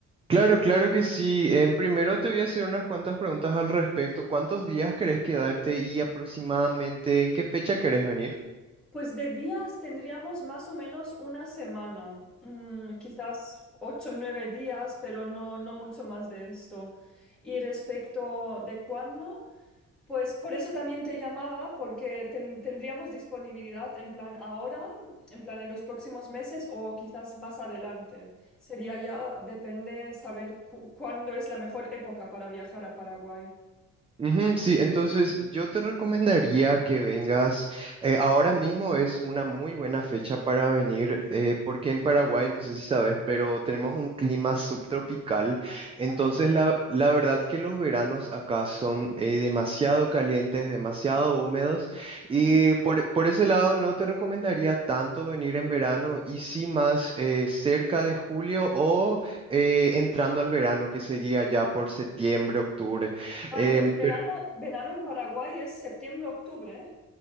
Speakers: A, on the right; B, in the centre.
A: Claro, claro que sí. En primero te voy a hacer unas cuantas preguntas al respecto. ¿Cuántos días querés quedarte y aproximadamente en qué fecha querés venir?
B: Pues de días tendríamos más o menos una semana, mm, quizás ocho o nueve días, pero no, no mucho más de esto. Y respecto de cuándo, pues por eso también te llamaba, porque ten- tendríamos disponibilidad en plan ahora, en plan en los próximos meses o quizás más adelante. Sería ya, depende saber cu- cuándo es la mejor época para viajar a Paraguay.
A: Ujú, sí, entonces yo te recomendaría que vengas. eh, ahora mismo es una muy buena fecha para venir, eh, porque en Paraguay, no sé si sabes, pero tenemos un clima subtropical. Entonces,
B: Ah,
A: la, la verdad que los veranos acá son eh, demasiado calientes, demasiado húmedos. Y
B: mm.
A: por, por ese lado, no te recomendaría tanto venir en verano y sí más eh, cerca de julio o eh, entrando al verano, que sería ya por septiembre, octubre.
B: Ah,
A: Em,
B: entonces verano, verano en Paraguay es septiembre, octubre.